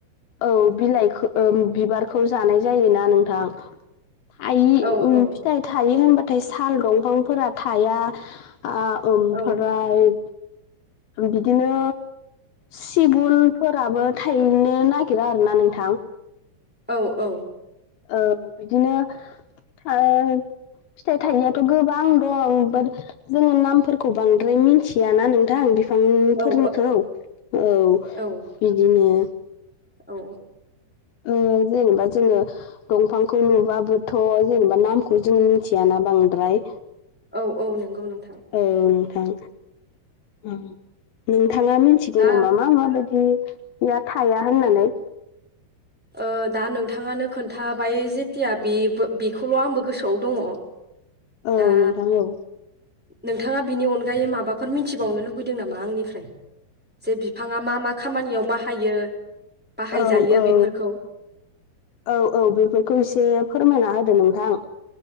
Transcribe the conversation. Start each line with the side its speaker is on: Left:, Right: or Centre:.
Left: औ बिलाइखौ बिबारखौ जानाय जायोना नोंथां थायि
Centre: औ
Left: उम
Centre: औ
Left: फिथाइ थायि होनबाथाय साल दंफांफोरा थाया ओ ओमफ्राय
Centre: औ
Left: बिदिनो सिगुनफोराबो थायनो नागिरा आरोना नोंथां।
Centre: औ-औ।
Left: औ बिदिनो ओ। फिथाइ थायियाथ' गोबां दं बाद जोङो नामफोरखौ बांद्राय मिथियाना नोंथां बि फांफोरनिखौ
Centre: औ
Left: औ
Centre: औ
Left: बिदिनो
Centre: औ।
Left: ओ जेनेबा जोङो दंफांखौ नुबाबोथ' जेनेबा नामखौ जों मिथियाना बांद्राय।
Centre: औ-औ नंगौ नोंथां।
Left: औ नोंथां उम नोंथाङा मि थिगौ
Centre: दा
Left: नामा मा-माबायदि या थाया होननानै?
Centre: ओ दा नोंथाङानो खोन्थाबाय जेथिया बे बो बेखौल' आंबो गोसोआव दङ।
Left: औ
Centre: दा
Left: नोंथां औ
Centre: नोंथाङा बिनि अनगायै माबाफोर मिथिबावनो लुबैदों नामा आंनिफ्राय। जे बिफाङा मा-मा खामानियाव बाहायो। बाहायजायो
Left: औ-औ।
Centre: बेफोरखौ
Left: औ-औ बेफोरखौ एसे फोरमायना होदो नोंथां।